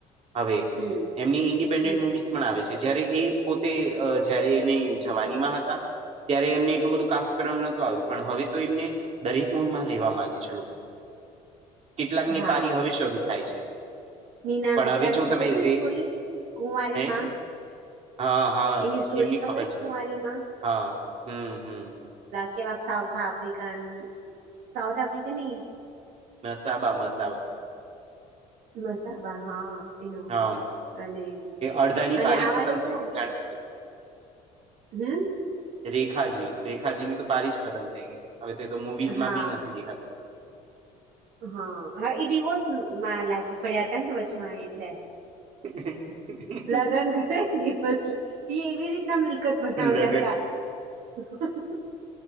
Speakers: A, on the right; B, on the right.
A: હવે
B: હમ
A: એમની ઇન્ડિપેન્ડન્ટ
B: હમ
A: મુવીઝ આવે છે જયારે એ પોતે જયારે એને જવાની માં હતા. ત્યારે એમને એટલું બધું કાસકરમ નતું આવ્યું પણ હવે તો એમને દરેક મૂવીમાં લેવા માંગે છે લોકો. કેટલાકની
B: હા
A: પારી હવે શરૂ થાય છે.
B: નીના
A: પણ
B: ગુપ્તા
A: હવે જો
B: ની ખબર
A: તમે જે
B: છે સ્ટોરી કુંવારીમાં
A: હે હા. હા
B: એની સ્ટોરી
A: એમની ખબર છે
B: કુંવારીમાં
A: મને, હા હમ હમ.
B: કેવા સાઉથ આફ્રિકન સાઉથ આફ્રિકન નહી
A: સાસાબા મસાબ.
B: મસાબા હા એનો
A: હા,
B: અને એવી રીતે
A: અડધાની
B: અને
A: પારી
B: આવા
A: ખતમ
B: લોકો
A: થઈ ગઈ જાણે કે
B: હમ.
A: રેખાજી રેખાજીની તો પારી જ ખતમ થઈ ગઈ, હવે તે તો મુવીઝમાં
B: હા
A: બી નથી દેખાતા.
B: હા હા એ ડિવોર્સમાં લાગી પડ્યા હતા ને વચ્ચમાં એટલે.
A: હ <unintelligible>
B: લગન કરે વ ડિવોઝ એ એવી રીતના મિલકત બનાવતા
A: લગન
B: હતા. હ <unintelligible>